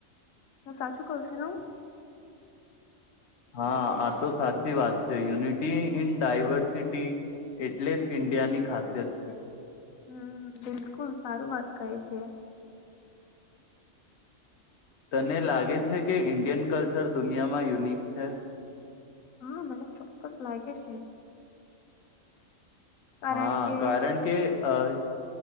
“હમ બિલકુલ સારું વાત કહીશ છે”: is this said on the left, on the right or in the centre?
Left